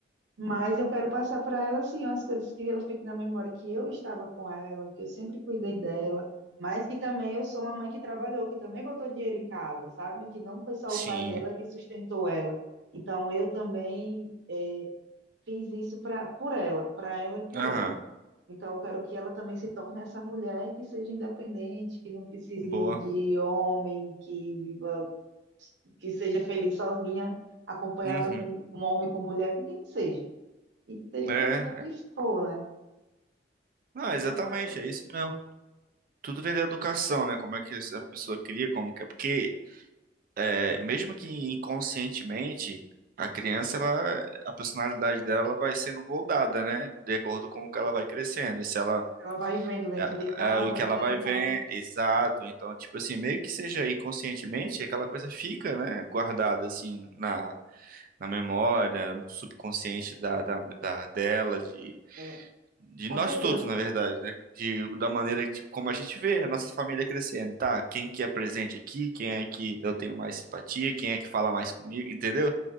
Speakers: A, on the right; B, on the right.
A: mas eu quero passar para ela assim, as coisas que ela fique na memória que eu estava com ela, que eu sempre cuidei dela, mas que também eu sou uma mãe que trabalhou, que também botou dinheiro em casa, sabe? Que não foi só
B: Sim.
A: o pai dela que sustentou ela. Então eu também eh, fiz isso para por ela, para ela e por
B: Aham.
A: ela. Então, eu quero que ela também se torne essa mulher que seja independente, que não precise
B: Boa.
A: de homem, que viva, que seja feliz sozinha, acompanhada
B: Uhum.
A: com um homem, com mulher, com quem seja. E que seja
B: É.
A: feliz onde
B: é.
A: for, né?
B: Não,
A: Então,
B: exatamente,
A: são essas coisas
B: é isso mesmo. Tudo vem da educação, né? Como é que a pessoa cria, como que é. Porque, é, mesmo que inconscientemente, a criança, ela, a personalidade dela vai sendo moldada, né? De acordo com o que ela vai crescendo. E se ela.
A: que ela vai vendo dentro
B: a-
A: de casa,
B: a- o que
A: né,
B: ela vai
A: e
B: ver,
A: tal.
B: exato. Então, tipo assim, meio que seja inconscientemente, aquela coisa fica, né? Guardada, assim, na, na memória, no subconsciente da, da, da- dela, de,
A: É,
B: de
A: com
B: nós
A: certeza,
B: todos,
A: pô.
B: na verdade, né? De, da maneira que, tipo, como a gente vê a nossa família crescendo, tá? Quem que é presente aqui, quem é que eu tenho mais simpatia, quem é que fala mais comigo, entendeu?